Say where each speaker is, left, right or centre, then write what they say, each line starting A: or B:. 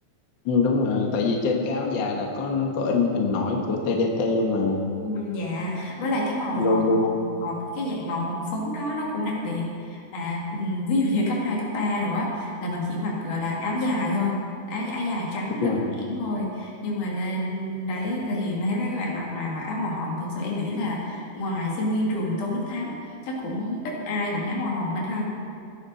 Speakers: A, on the left; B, on the left.
A: Ừ, đúng rồi tại vì trên cái áo dài là có có in hình nổi của TDT luôn mà
B: Ừ, dạ với lại cái màu
A: logo
B: hồng một cái dạng màu hồng phấn đó nó cũng đặc biệt à ừ, ví dụ như cấp 2 cấp 3 rồi á là mình chỉ mặc gọi là áo dài thôi áo áo dài trắng
A: Ừ.
B: đơn giản thôi nhưng mà lên đấy thì mà thấy mấy các bạn mặc mà mặc áo màu hồng thực sự em nghĩ là ngoài sinh viên trường Tôn Đức Thắng chắc cũng ít ai bận áo màu hồng anh ha